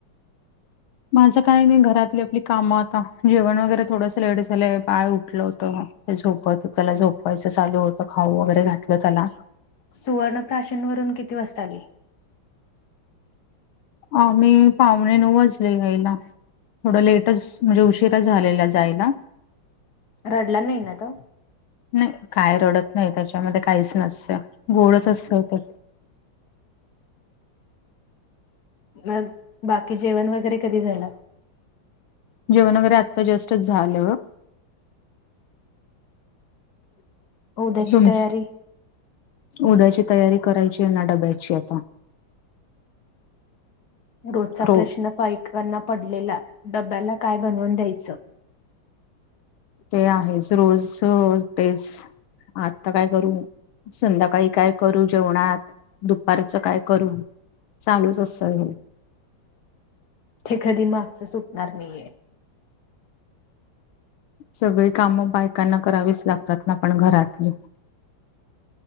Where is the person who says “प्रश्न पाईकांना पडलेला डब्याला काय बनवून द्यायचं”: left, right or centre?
Left